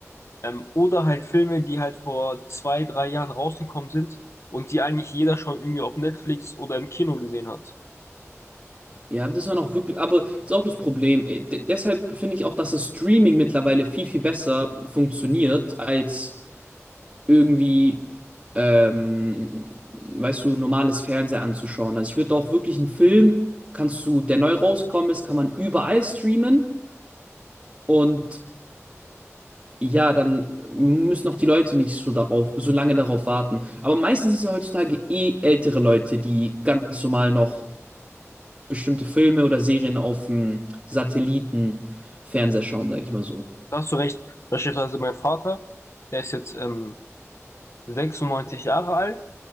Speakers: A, on the left; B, on the right.
A: Ähm, oder halt Filme, die halt vor zwei, drei Jahren rausgekommen sind und die eigentlich jeder schon irgendwie auf Netflix oder im Kino gesehen hat.
B: Ja, das war noch wirklich, aber das ist auch das Problem. Äh, de- deshalb finde ich auch, dass das Streaming mittlerweile viel, viel besser funktioniert als irgendwie, ähm, weißt du, normales Fernsehen anzuschauen. Also ich würde auch wirklich einen Film, kannst du, der neu rausgekommen ist, kann man überall streamen und Ja, dann müssen auch die Leute nicht so darauf, so lange darauf warten. Aber meistens ist ja heutzutage eh ältere Leute, die ganz normal noch bestimmte Filme oder Serien auf dem Satellitenfernseher schauen, sage ich mal so.
A: Da hast du recht. Beispielsweise mein Vater, der ist jetzt ähm, 96 Jahre alt